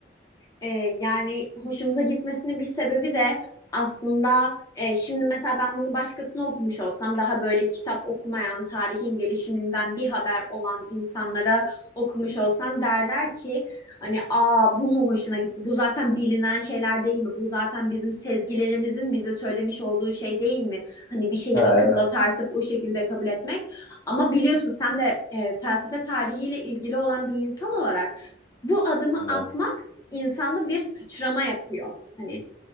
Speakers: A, on the left; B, on the left.
A: E, yani hoşumuza gitmesinin bir sebebi de aslında e, şimdi mesela ben bunu başkasına okumuş olsam daha böyle kitap okumayan, tarihin gelişiminden bir haber olan insanlara okumuş olsam derler ki hani aa bu mu hoşuna gitti? Bu zaten bilinen şeyler değil mi? Bu zaten bizim sezgilerimizin bize söylemiş olduğu şey değil mi? Hani bir şeyi
B: Ha
A: akılla
B: evet.
A: tartıp o şekilde kabul etmek. Ama biliyorsun sen de e, felsefe tarihiyle ilgili olan bir insan olarak bu adımı
B: Aha.
A: atmak insanda bir sıçrama yapıyor. Hani